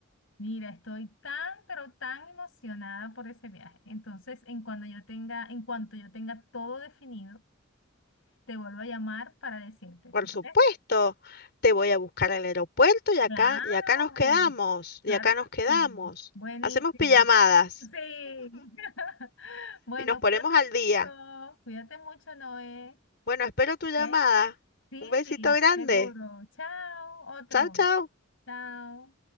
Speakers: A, on the left; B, on the left.
A: Mira, estoy tan, pero tan emocionada por ese viaje. Entonces, en cuando yo tenga, en cuanto yo tenga todo definido, te vuelvo a llamar para decirte.
B: Por
A: ¿Te parece?
B: supuesto, te voy a buscar al aeropuerto y acá,
A: Claro,
B: y acá nos quedamos,
A: claro
B: y acá
A: que
B: nos quedamos.
A: sí. Buenísimo.
B: Hacemos pijamadas
A: Sí. <laughs> Bueno,
B: y nos ponemos
A: cuídate
B: al
A: mucho.
B: día.
A: Cuídate mucho, Noé.
B: Bueno, espero tu
A: ¿Ok?
B: llamada.
A: Sí,
B: Un besito
A: sí,
B: grande.
A: seguro. Chao. Otro.
B: Chao, chao.
A: Chao.